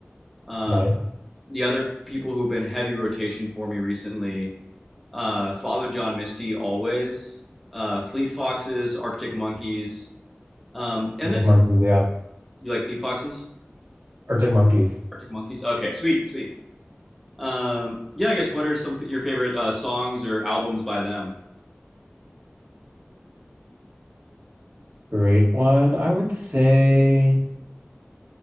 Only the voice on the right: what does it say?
Nice.
Arctic
Monkeys, yeah.
Arctic Monkeys.
Great one. I would say.